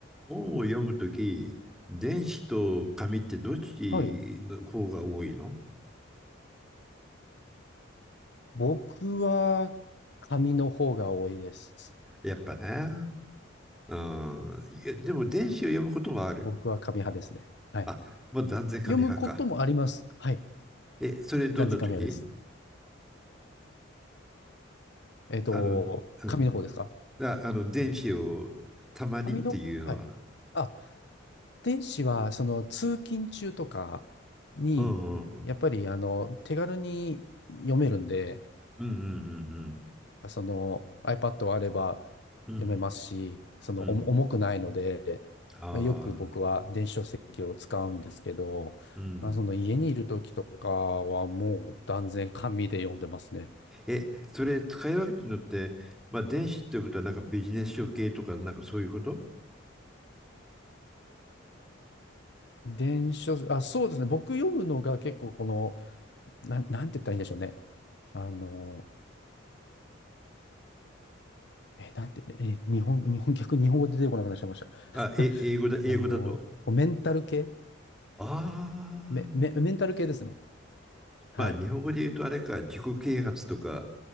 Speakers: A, in the centre; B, on the left (about 55°).
A: 本を読むとき、電子と紙ってどっちの方が多いの
B: はい。僕は紙の方が多いです。
A: やっぱね。うん。いや、でも電子を読むこともある。
B: 僕は紙派ですね。はい。
A: あ、もう断然紙派か。
B: 読むこともあります。はい。
A: え、それどんなとき
B: 断然紙派です。えっと、
A: あの、うん。
B: 紙の方ですか
A: あ、あの、電子をたまにっていうのは。
B: 紙の、はい。あ、電子は、その、通勤中とかに、
A: うんうんうん。
B: やっぱり、あの、手軽に読めるんで、
A: うんうん
B: その iPad があれば
A: うんうん。
B: 読めますし、その重重くないので、
A: うんうん。ああ、うんうんああ
B: まあ、よく僕は電子書籍を使うんですけど、
A: うん
B: まあ、その家にいる時とかはもう断然紙で読んでますね。
A: え、それ使い分けてるのって、まあ電子っていうことはなんかビジネス書系とかなんかそういうこと
B: 電子書籍、あ、そうですね。僕読むのが結構この、なん、なんて言ったらいいんでしょうね。あの、え、なんて、え、日本、日本、逆に日本語出てこなくなっちゃいました。
A: あ、え、
B: <laughs>
A: 英語だ、英語だと
B: あの、メンタル系
A: ああ
B: メ、メ、メンタル系ですね。はい。
A: まあ日本語で言うとあれか、自己啓発とか、